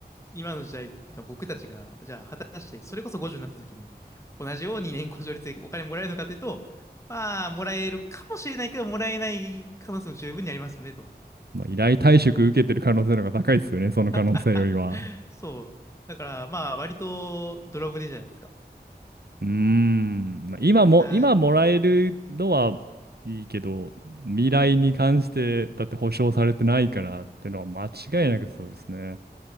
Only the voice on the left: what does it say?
今の時代っていうか、僕たちが、じゃあ、果たして、それこそ50になった時に、同じように年功序列でお金もらえるのかというと、まあ、もらえるかもしれないけど、もらえない可能性も十分にありますよね、と。
<laughs> そう。だから、まあ、割とドラブでじゃないですか。
あ
うん。
うん
そう。